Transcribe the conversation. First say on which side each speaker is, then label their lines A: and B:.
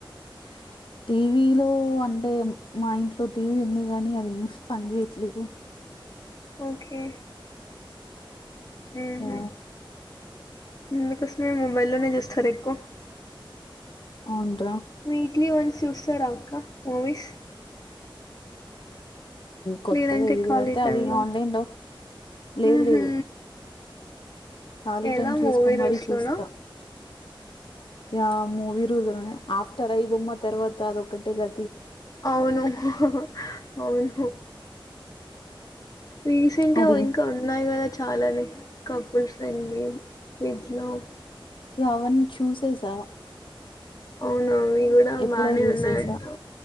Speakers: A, on the left; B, on the left.
A: <inaudible> టీవీలో అంటే మా ఇంట్లో టీవీ ఉంది కానీ అది ఎశ్ పని చేయట్లేదు
B: ఓకే ఉహు
A: ఆ
B: అందుకోసమే మోబైల్ లో నే చూస్తారా ఎక్కువ
A: ఆవున్రా
B: వీక్లీ వన్స్ చూస్త రా అక్క మూవీస్
A: కొత్తగా
B: లేదంటే
A: ఎది
B: ఖాళీ
A: పడితే అది
B: టైమ్‌లో
A: ఆన్లైన్ లో లేదు
B: హుహు.
A: లేదు ఖాళీ
B: ఎలా
A: టైమ్ చెస్కొని
B: మూవీ రూల్స్‌లోనా?
A: మరీ చూస్తా ఆ మూవిరుల్జ్లోనే ఆఫ్టర్ ఐ బొమ్మ తర్వాత అది ఒకటిగా
B: అవును హ అవును రీసెంట్
A: అది
B: గా ఇంకా ఉన్నాయి కదా చాలానే కపుల్ ఫ్రెండ్లీ మిడ్ లవ్
A: అవన్నీ చూసేసా
B: అవున ఇవి కూడా
A: ఎప్పుడో
B: బానే
A: చూసేసా
B: ఉన్నాయి అంటా